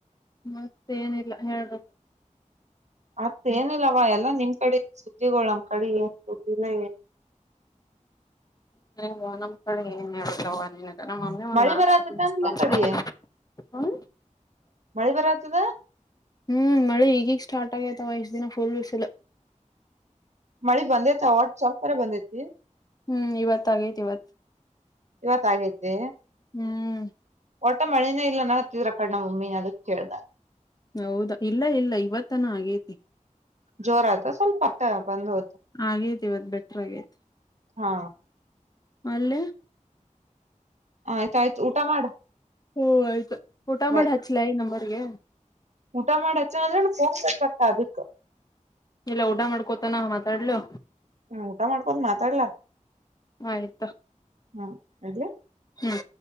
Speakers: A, on the left (about 30°); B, on the right (about 60°).
A: ಮತ್ತೆ ಏನಿಲ್ಲ ಹೇಳ್ರಿ.
B: ಅತ್ ಏನಿಲ್ಲವಾ ಎಲ್ಲಾ ನಿಮ್ ಕಡೆ ಸುದ್ದಿಗಳು ನಮ್ಮ್ ಕಡೆ ಏನ್ ಸುದ್ದಿ ಇಲ್ಲ ಏ
A: <inaudible> ನಮ್ಮ್ ಕಡೆ ಏನ್ ಹೇಳುತ್ತವ ನೀನಗ್. ನಮ್ಮ್ ಮಮ್ಮಿ ಒಂದು
B: ಮಳಿ
A: ನಾಕ್
B: ಬರತ್ತದ
A: ಸತಿ ಮಿಸ್
B: ಅಂದ್ಲ
A: ಕಾಲ್
B: ಕಡೆ
A: ಮಾಡ್ಯಾಳ ಹ.
B: ಮಳಿ ಬರಾತದ.
A: ಹ್ಮ್ ಮಳೆ ಈಗ್ ಈಗ ಸ್ಟಾರ್ಟ್ ಆಗೇತವ ಇಷ್ಟ್ ದಿನ ಫುಲ್ ಬಿಸಿಲ.
B: ಮಳಿ ಬಂದೈತ ಒಟ್ಟ ಸ್ವಲ್ಪರ ಬಂದೈತಿ.
A: ಹ್ಮ್ ಇವತ್ ಆಗೈತ್ ಇವತ್
B: ಇವತ್ತ ಆಗೈತೆ.
A: ಹ್ಮ್
B: ಒಟ್ಟ ಮಳಿನೇ ಇಲ್ಲ ಅನ್ನಾಕತ್ತಿದ್ರ ಆಕಡೆ ನಮ್ಮ್ ಮಮ್ಮಿ ಅದಕ್ ಕೇಳ್ದ.
A: ಹೌದ ಇಲ್ಲ ಇಲ್ಲ ಇವತ್ತನ ಆಗೇತಿ.
B: ಜೋರ ಆಯ್ತಾ ಸ್ವಲ್ಪ ಅಟ್ ಬಂದ್ ಹೋ್ತ
A: ಆಗೇತಿ ಇವತ್ ಬೆಟರ್ ಆಗೇೈತಿ
B: ಹಾ
A: ಅಲ್ಲೆ
B: ಆಯ್ತ ಆಯ್ತು ಊಟಾ ಮಾಡ
A: ಹಓ ಆಯ್ತು ಊಟ
B: ಬಾಯ್
A: ಮಾಡಿ ಹಚ್ಲ ಈ ನಂಬರ್ಗೆ
B: ಊಟ ಮಾಡ ಹಚ್ಚನ ಅಂದ್ರೆ <unintelligible> ಅದಕ್
A: ಇಲ್ಲ ಊಟಾ ಮಾಡ್ಕೋತಾನ ಮಾತಾಡ್ಲು
B: ಹ್ಮ ಊಟ ಮಾಡ್ಕೊಂತ್ ಮಾತಾಡ್ಲಾ
A: ಆಯ್ತು
B: ಹ್ಮ್
A: ಹ್ಮ್